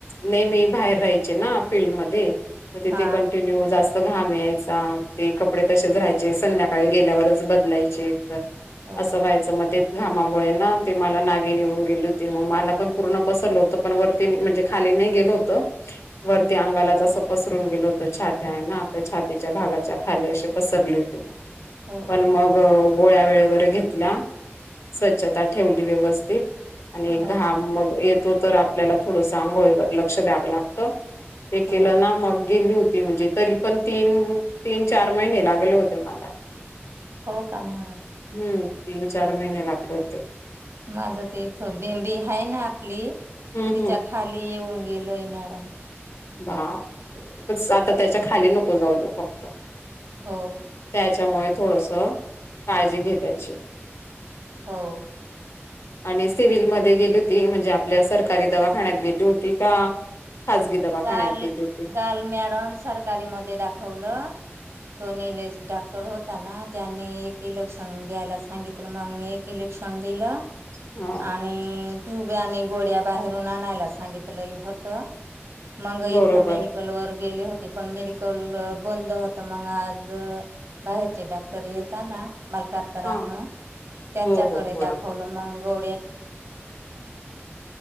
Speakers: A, on the left; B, on the right.
A: नेहमी बाहेर राहायचे ना फील्डमध्ये. मग
B: हा
A: तिे कंटिन्यू जास्त घाम यायचा ते कपडे तसेच रारायचे सं्या काळी गेल्यावरच बदलायचे. तर
B: हो
A: असं व्हायचं मग ते घामामुळे ना ते मला नागीनि होऊन गेली होती मग मला पण पूर्ण पसरलं होतं पण वरती म्हणजे खाली नाही गेल होतं. वरती
B: हा
A: अंगाला जस पसरून गेल होत छात्या आहे ना आपल्या छातीच्या भागाच्या खाली असे पसरले होती मग.
B: हो
A: पण
B: का
A: मग गोळ्या वेळेवर घेतल्या, स्वच्छता ठेवली व्यवस्थित. आणि घाम
B: हो का
A: मग येत तो तर आपल्याला थोडं अंघोळीवर लक्ष द्यावं लागतं. ते केलं
B: हो
A: ना मग गेली होती म्हणजे तरी पण तीन तीन चार महिने लागले होते मला.
B: हो. काम ह
A: हम्म तीन चार महिने लागले होते.
B: माझ तथं बेंबी आहे, ना आपली
A: हम्म
B: तिच्या
A: हम्म
B: खाली येऊन गेलोय मॅडम.
A: बाप! आता त्याच्या खाली नको जाऊ देऊ फक्त.
B: हो.
A: त्याच्यामुळे थोडस काळजी घे त्याची.
B: हो.
A: आणि सिव्हिलमध्ये गेली होती म्हणजे आपल्या सरकारी दवाखान्यात गेली होती का?? खाजगी दवाखान्यात
B: काल
A: गेली होती
B: काल मॅडम सरकारी मध्ये दाखवलं तो नेलेश डॉक्टर होता ना त्यांनी एक इलेक्शन घ्यायला सांगितलं, मग एक इलेक्शन दिलं
A: हा
B: आणि ट्यूब्या आणि गोड्या बाहेरून आणायला सांगितलंय होत. मग
A: बरोबर
B: इथं मेडिकल वर गेले होते. ते पण मेडिकल बंद होत मग आज बाहेरचे डॉक्टर येेता ना मलकातराहू
A: हा
B: त्यांच्याकडे
A: हो हो बरोबर
B: दाखवलं मंग <unintelligible>